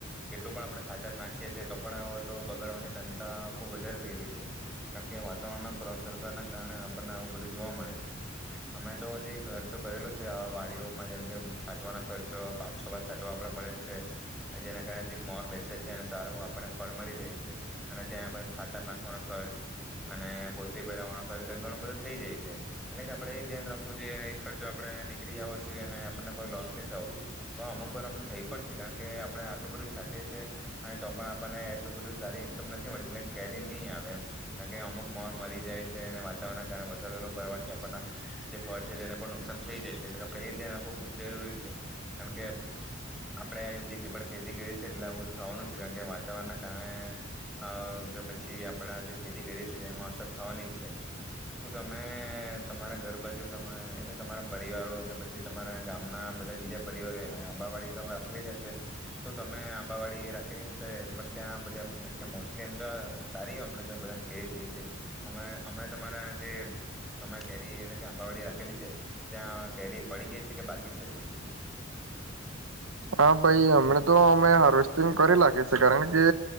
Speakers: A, in the centre; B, on the right.
A: કેટલું પણ આપણે ખાતર નાખીએી તો પણ તો બગાડવાની ક્ષમતા ખુબ વધારે થઈ રહી છે, કારણ કે, વાતાવરણના ફેરફારના કારણે આપણને આવું બધું જોવા મળે છે, અમે તો જે ખર્ચો કરેલો વાડીઓમાં જેમ કે છાંટવાનો ખર્ચો પાંચ છ વાાર છાંટવા આપડે પડે જ છે, જેના કારણે જે મોર બેસે છે, અનેને સારું આપણને ફળ મળી રહે છે, અને ત્યાં આપને ખાતર નાખવાનો ખર્ચ અને કોસરી પહેરવવાનો ખર્ચ ઘણો બધો થઈ જાય છે, એટલે કે આપડે એ ધ્યાન રાખવું જો એ ખર્ચો આપણે નીકળી આવવો જોઈએ અને આપણને કોઈ લોસ નહીં થવો જોઈએ પણ અમુક વાર અમને થઈ પણ છે કારણ કે, આપડણે આટલું બધું છાંટીએીએ અને તો પણ આપણને એટલું બધું સારી ઈન્કમ નથી મળતી એટલે કેરી નહીં આવે એમ કારણ કે અમુક મોર મરી જાય છે, અને વાતાવરણના કારણે વરસાદ વલો પડવાથી આપણને જે ફળ છે તેને પણ નુકસાન થઈ જાય છે, એટલે આપણે એ ધ્યાન રાખવું ખૂબ જરૂરી છે, કારણ કે આપણે આવી જે પણ ખેતી કરીએ છીએ એટલે આવું તો થવાનું જ છે, કારણ કે વાતાવરણનાં કારણે કે પછી આપણા જે ખેતી કરીએ છીએ તે એમાં અસર થવાની જ છે, શું તમે તમારા ઘર બાજુ તમે એટલે તમારા પરિવારો કે પછી તમારા ગામના બધા બીજા પરિવારો આંબાવાડી તો રાખેલી જ હશે શ તમે આંબાવાડી રાખેલી હશે પણ ત્યાં બધ એટલે કે મોસ્ટલી એમ તો સારી અમ બધાને કેરી થઈ છે, અ હમણા તમારા જે તમે કેરી એટલે કે આંબાવાડી રાખેલી છે, ત્યાં કેરી પડી ગઈ છે, કે બાગી છેજ
B: હા, ભાઈ હમણા તો અમે હાર્વેસ્ટિંગ કરી નાખી છે, કારણ કે